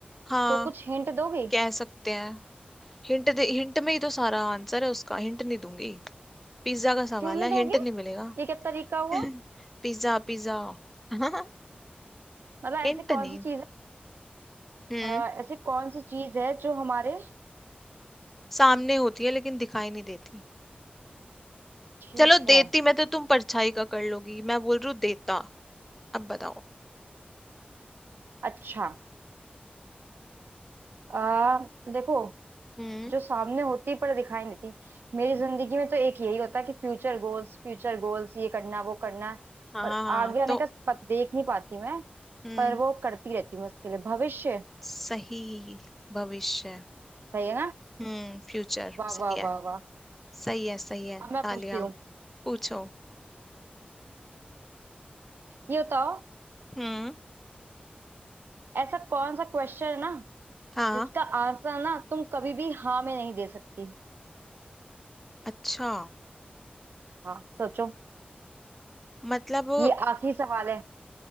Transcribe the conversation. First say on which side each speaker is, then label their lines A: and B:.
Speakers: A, in the centre; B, on the right.
A: हाँ
B: तो कुछ हिंट दोगी
A: कह सकते हैं हिंट दे हिंट में ही तो सारा आंसर है उसका हिंट नहीं दूंगी पिज्जा का सवाल
B: क्यों नहीं
A: है
B: दोगी
A: हिंट नहीं मिलेगा
B: ये क्या तरीका हुआ
A: <laughs> Pizza pizza हम्म
B: मतलब ऐसी
A: हिंट नहीं
B: कौन सी चीज है
A: हम्म
B: अ, ऐसी कौन सी चीज है जो हमारे
A: सामने होती है लेकिन दिखाई नहीं देती
B: ठीक
A: चलो देती
B: है
A: मैं तो तुम परछाई का कर लोगी मैं बोल रही हूँ देता अब बताओ
B: अच्छा आ, देखो
A: हम्म
B: जो सामने होती है पर दिखाई नहीं देती मेरी जिंदगी में तो एक यही होता है कि फ्यूचर गोल्स फ्यूचर गोल्स ये करना है, वो करना है
A: हाँ
B: पर
A: हाँ,
B: आगे आने
A: तो
B: का पत, देख नहीं पाती मैं
A: हम्म
B: पर वो करती रहती हूँ उसके लिए भविष्य
A: सही भविष्य
B: सही है ना
A: हम्म फ्यूचर
B: वाह
A: सही
B: वाह
A: है
B: वाह वाह
A: सही है सही है
B: अब मैं
A: तालिया
B: पूछती हूँ
A: पूछो
B: ये बताओ
A: हम्म
B: ऐसा कौन सा क्वेश्चन है ना
A: हाँ
B: जिसका आंसर ना तुम कभी भी हाँ में नहीं दे सकती
A: अच्छा
B: हाँ सोचो
A: मतलब
B: ये आखिरी सवाल है